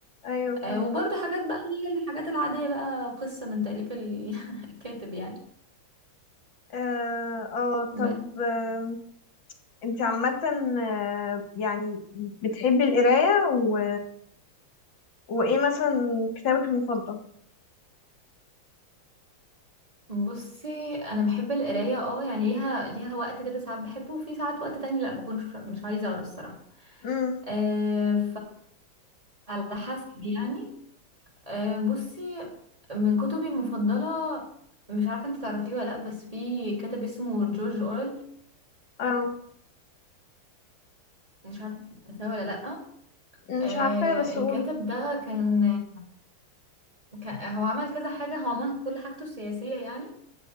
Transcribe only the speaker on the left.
ايوه فاهمة
اه اه
طب آم، انت عامة آه، يعني بتحبي القراية و... وايه مثلا كتابك المفضل؟
امم
اه
مش عارفاها بس
قولي